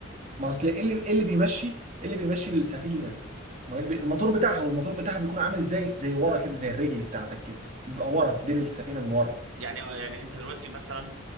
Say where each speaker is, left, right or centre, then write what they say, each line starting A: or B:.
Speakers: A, on the right; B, on the right.
A: ما اصل ايه اللي إيه اللي بيمشي إيه اللي بيمشي السفينه ما هو اللي بي- الموتور بتاعها والموتور بتاعها بيكون عامل ازاي زي ورا كده زي الرجل بتاعتك كده بيبقى ورا في ديل السفينه من ورا
B: يعني آه، يعني انت دلوقتي مثلا